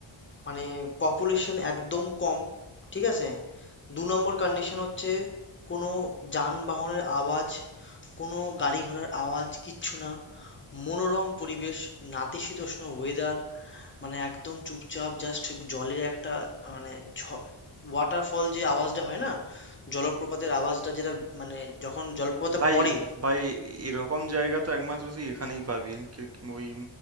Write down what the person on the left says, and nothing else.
মানে পপুলেশন একদম কম ঠিক আছে দু নম্বর কন্ডিশন হচ্ছে কোনো যানবাহনের আওয়াজ কোনো গাড়ি ঘোড়ার আওয়াজ কিচ্ছু না মনোরম পরিবেশ নাতিশীতোষ্ণ ওয়েদার মানে একদম চুপচাপ জাস্ট জলের একটা মানে ওয়াটারফল যে আওয়াজটা হয় না জলপ্রপাতের আওয়াজটা যেটা মানে যখন জলপ্রপাতে
পড়ে